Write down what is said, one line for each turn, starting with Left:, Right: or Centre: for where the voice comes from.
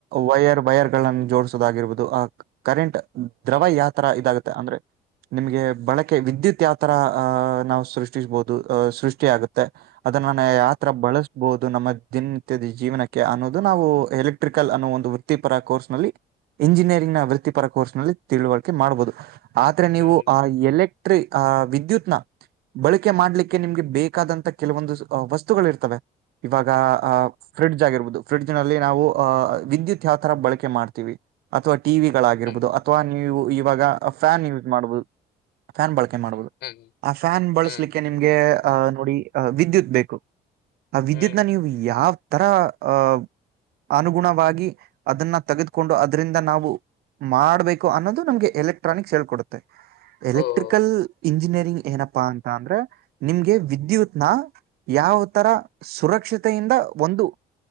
Right: ವೈಯರ್ ವೈಯರ್ ಗಳನ್ನು ಜೋಡಸೋದಾಗಿಇರುಬೋಹುದು, ಆ ಕರೆಂಟ್. <inaudible> ದ್ರವ,
Left: ಹ್ಮ್
Right: ಯಾವ ತರ ಇದಾಗತ್ತೆ ಅಂದ್ರೆ? <inaudible> ನಿಮ್ಗೆ, ಬಳಕೆ ವಿದ್ಯುತ್ ಯಾವತರ! ಅಹ ನಾವು ಸೃಷ್ಟಿಸ್ಬಹುದು, ಅಹ ಸೃಷ್ಟಿಯಗುತ್ತೆ? <inaudible> ಅದನ್ನ, ಯಾವತರ ಬಳಸಬಹುದು ನಮ್ಮ? <inaudible> ದಿನನಿತ್ಯದ, ಜೀವನಕ್ಕೆ ಅನ್ನೋದು? ನಾವು ಎಲೆಕ್ಟ್ರಿಕಲ್, ಅನ್ನೋ ಒಂದು ವೃತ್ತಿಪರ, ಕೋರ್ಸ್ ನಲ್ಲಿ? <inaudible> ಇಂಜಿನಿಯರಿಂಗ್ನ ವೃತ್ತಿಪರ, ಕೋರ್ಸ್ ನಲ್ಲಿ ತಿಳುವಳಿಕೆ, ಮಾಡ್ಬಹುದು? <inaudible> ಆದ್ರೆ, ನೀವು
Left: ಹ್ಮ್
Right: ಆ ಎಲೆಕ್ಟ್ರಿ ಆ ವಿದ್ಯುತ್ನ. <inaudible> ಬಳಕೆ, ಮಾಡ್ಲಿಕ್ಕೆ! ನಿಮ್ಗೆ ಬೇಕಾದಂತ ಕೆಲವೊಂದು ಆ ವಸ್ತುಗಳಿರ್ತವೆ? <inaudible> ಇವಾಗ,
Left: ಹ್ಮ್
Right: ಅ
Left: ಹ್ಮ್
Right: ಫ್ರಿಡ್ಜ್ ಆಗಿರ್ಬಹುದು! ಫ್ರಿಡ್ಜ್ ನಲ್ಲಿ ನಾವು ಅ ವಿದ್ಯುತ್ ಯಾವ ತರ ಬಳಕೆ ಮಾಡ್ತೀವಿ? <inaudible> ಅಥವಾ, ಟಿವಿಗಳು ಆಗಿರಬಹುದು,
Left: ಹ್ಮ್
Right: ಅಥವಾ ನೀವು, ಇವಾಗ ಫ್ಯಾನ್ ಯೂಸ್ ಮಾಡ್ಬಹುದು? <inaudible> ಫ್ಯಾನ್ ಬಳಕೆ ಮಾಡ್ಬಹುದು?
Left: ಹ್ಮ್ ಹ್ಮ್
Right: ಆ ಫ್ಯಾನ್ ಬಳಸಲಿಕ್ಕೆ,
Left: ಹ್ಮ್
Right: ನಿಮ್ಗೆ. <inaudible> ಆ, ನೋಡಿ ವಿದ್ಯುತ್ ಬೇಕು? ಆ ವಿದ್ಯುತ್
Left: ಹ್ಮ್
Right: ನ ನೀವು, ಯಾವ. <inaudible> ತರ ಅ ಅನುಗುಣವಾಗಿ ಅದನ್ನ ತೆಗೆದುಕೊಂಡು? <inaudible> ಅದ್ರಿರಿಂದ, ನಾವು ಮಾಡ್ಬೇಕು! ಅನ್ನೋದು ನಮ್ಗೆ ಎಲೆಕ್ಟ್ರಾನಿಕ್ಸ್ ಹೇಳ್ಕೊಡುತ್ತೆ? <inaudible> ಎಲೆಕ್ಟ್ರಿಕಲ್?
Left: ಓಹೋ
Right: <inaudible> ಇಂಜಿನಿಯರಿಂಗ್, ಏನಪ್ಪಾ ಅಂತ ಅಂದ್ರೆ! ನಿಮ್ಗೆ ವಿದ್ಯುತ್ನ, ಯಾವ ತರ ಸುರಕ್ಷ? <inaudible> ಕ್ಷತೆಯಿಂದ, ಒಂದು